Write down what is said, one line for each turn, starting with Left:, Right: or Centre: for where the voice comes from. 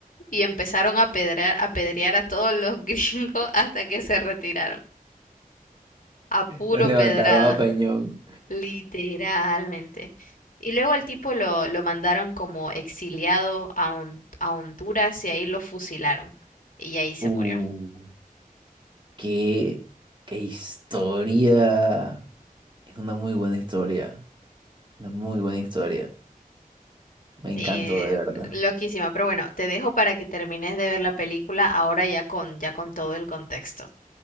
Left: y empezaron a pedrear, a pedrear a todos los <laughs> gringos hasta que se retiraron. A puro
Right: Los levantaron
Left: pedrada,
Right: a Peñón.
Left: literalmente. Y luego al tipo lo, lo mandaron como exiliado a, Hon- a Honduras y ahí lo fusilaron. Y ahí se
Right: Uh,
Left: murió.
Right: qué, qué historia. Es una muy buena historia. Una muy buena historia. Me
Left: Sí,
Right: encantó de verdad.
Left: loquísima, pero bueno, te dejo para que termines de ver la película ahora ya con ya con todo el contexto.